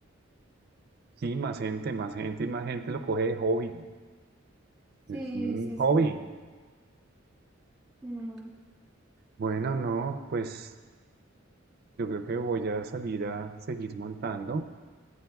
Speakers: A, on the right; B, in the centre.
A: Sí, más gente, más gente y más gente lo coge de hobby.
B: Sí,
A: Es un
B: sí, sí.
A: hobby.
B: Mm,
A: Bueno, no, pues Yo creo que voy a salir a seguir montando.